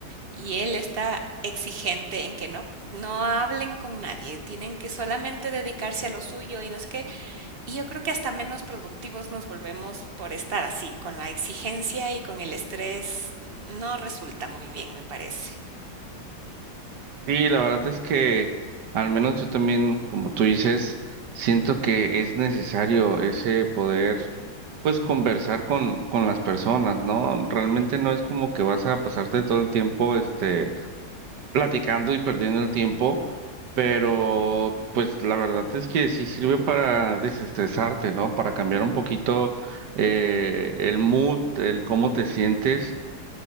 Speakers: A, on the right (about 40°); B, on the right (about 70°).
A: Y él está exigente en que no. No hablen con nadie, tienen que solamente dedicarse a lo suyo y no sé qué. Y yo creo que hasta menos productivos nos volvemos por estar así, con la exigencia y con el estrés no resulta muy bien, me parece.
B: Sí, la verdad es que al menos yo también, como tú dices, siento que es necesario ese poder, pues conversar con, con las personas, ¿no? Realmente no es como que vas a pasarte todo el tiempo, este, platicando y perdiendo el tiempo, pero pues la verdad es que sí sirve para desestresarte, ¿no? Para cambiar un poquito eh, el mood, el cómo te sientes.